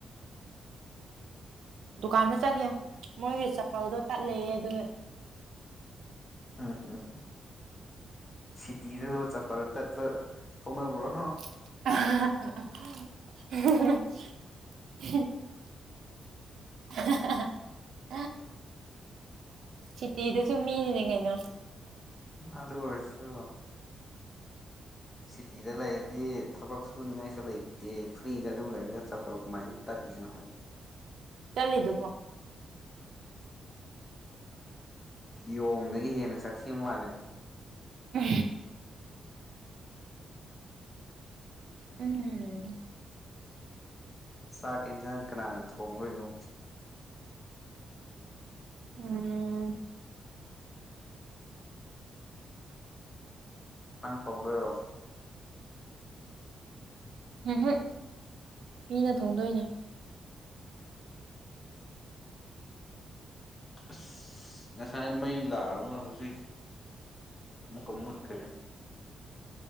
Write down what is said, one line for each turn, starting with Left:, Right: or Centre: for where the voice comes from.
Right: ꯗꯨꯀꯥꯟꯗ ꯆꯠꯀꯦ ꯃꯣꯏꯒꯤ ꯆꯄꯜꯗꯣ ꯇꯠꯂꯑꯦ ꯑꯗꯨ
Left: ꯎꯝ ꯍ ꯁꯤꯇꯤꯗꯕꯨ ꯆꯄꯜ ꯇꯠꯄ ꯍꯧꯅꯕ꯭ꯔꯣ
Right: <unintelligible> <unintelligible> ꯁꯤꯇꯤꯗꯁꯨ ꯃꯤꯅꯤꯅꯦ ꯀꯩꯅꯣ
Left: ꯑꯗ ꯀꯣꯏꯁꯨ ꯁꯤꯇꯤꯗ ꯂꯩꯔꯗꯤ ꯊꯕꯛ ꯁꯨꯅꯤꯉꯥꯏꯁꯨ ꯂꯩꯇꯦ ꯐ꯭ꯔꯤꯗ ꯑꯗꯨꯝ ꯂꯩꯔꯒ ꯆꯄꯜ ꯀꯃꯥꯏꯅ ꯇꯥꯅꯤꯡ <inaudible>
Right: ꯆꯂꯗꯨꯕꯣ
Left: ꯌꯣꯡꯗꯒꯤ ꯍꯦꯟꯅ ꯆꯠꯊꯈꯤꯕ ꯃꯥꯜꯂꯦ
Right: ꯎ ꯎꯝ
Left: ꯆꯥꯛ ꯌꯦꯟꯁꯥꯡ ꯀꯅꯥꯅ ꯊꯣꯡꯗꯣꯏꯅꯣ
Right: ꯎꯝ
Left: ꯅꯪ ꯊꯣꯡꯒꯔꯣ
Right: ꯎꯝ ꯃꯤꯅ ꯊꯣꯡꯗꯣꯏꯅꯦ
Left: ꯑꯁ ꯉꯁꯥꯏ ꯃꯩ ꯂꯥꯛꯔꯨꯒ ꯍꯧꯖꯤꯛ ꯃꯀꯝꯃꯠ ꯀꯦ